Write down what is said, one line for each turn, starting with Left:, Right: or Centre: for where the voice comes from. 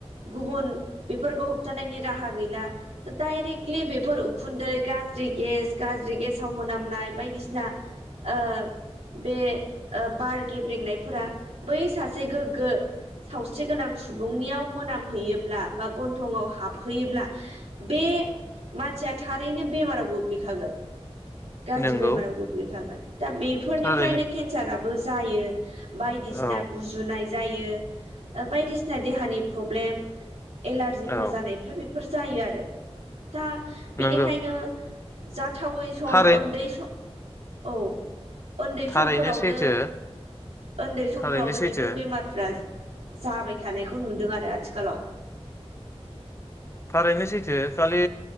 Right: गुबुन बेफोरखौ होबथानायनि राहा गैला डाइरेक्टलि बेफोर उखुन्दै गाज्रि गेस गाज्रि गेसाव मोनामनाय बायदिसिना ओ बे बार गेब्रेंनायफोरा बै सासे गोग्गो सावस्रि गोनां सुबुंनियाव मोनामहैयोब्ला बा ग'न्थंआव हाबहैयोब्ला बे मानसिया थारैनो बेमाराव बुगि खागोन गाज्रि
Left: नंगौ
Right: बेमाराव गोग्लैखागोन दा बेफोरनिफ्रायनो
Left: थारैनो
Right: केन्साराबो जायो बायदिसिना
Left: औ
Right: गुजुनाय जायो। बायदिसिना देहानि प्रब्लेम एलारजिफोर
Left: औ
Right: जानायफ्रा बे फोर जायो आरो दा बेनिखायनो
Left: नंगौ
Right: जाथावै सम
Left: थारै
Right: उन्दै सम औ न्दै
Left: थारैनो
Right: समफोरावनो
Left: सैथो
Right: उन्दै समफोरावनो
Left: थारैनो सैथो
Right: बेफोर बेमारफ्रा जाबाय थानायखौ नुदों आरो आथिखालाव
Left: थारैनो सैथो खालि